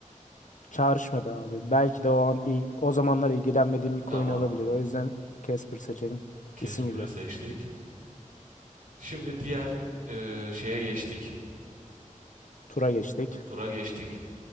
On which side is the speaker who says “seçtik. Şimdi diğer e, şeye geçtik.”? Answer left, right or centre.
Right